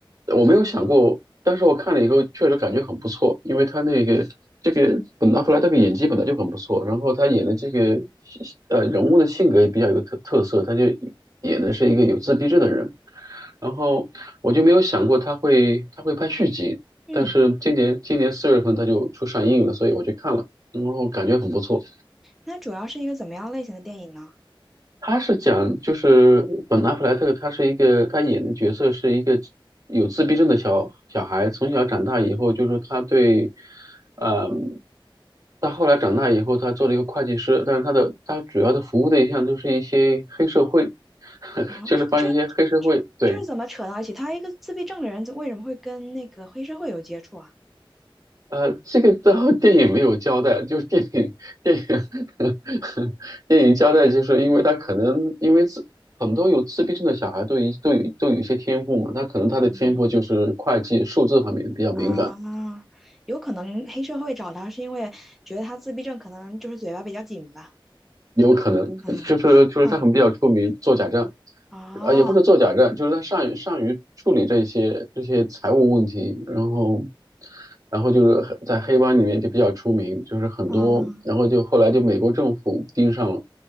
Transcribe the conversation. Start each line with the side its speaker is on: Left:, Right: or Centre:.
Right: 我没有想过，但是我看了以后确实感觉很不错，因为他那个这个本拿破莱这个演技本来就很不错，然后他演的这个
Centre: 嗯
Right: 呃人物的性格也比较有特特色，他就演的是一个有自闭症的人。然后我就没有想过他会他会拍续集，
Centre: 嗯，
Right: 但是今年今年四月份他就出上映了，所以我去看了。然后感觉很不错。
Centre: 那主要是一个怎么样类型的电影呢？
Right: 他是讲就是本阿弗莱特，他是一个他演的角色是一个有自闭症的小小孩，从小长大以后，就说他对，嗯，他后来长大以后，他做了一个会计师，但是他的他主要的服务对象都是一些黑社会，<laughs>
Centre: 啊，
Right: 就是帮一些黑社会，
Centre: 这这这
Right: 对，
Centre: 这是怎么扯到一起？他一个自闭症的人，为什么会跟那个黑社会有接触啊？
Right: 呃，这个到 <laughs> 电影没有交代，就是电影电影 <laughs> 电影交代，就是因为他可能因为自很多有自闭症的小孩都有都有都有一些天赋嘛，他可能他的天赋就是会计、
Centre: 嗯
Right: 数字方面比较敏感，
Centre: 啊，有可能黑社会找他是因为觉得他自闭症，可能就是嘴巴比较紧吧。
Right: 有可能就是就是他很比较出名做假账，
Centre: 嗯嗯哦
Right: 呃，也不是做假账，就是他善于善于处理这些这些财务问题，然后。然后就是很在黑帮里面就比较出名，就是很多，
Centre: 哦
Right: 然后就后来就美国政府盯上了，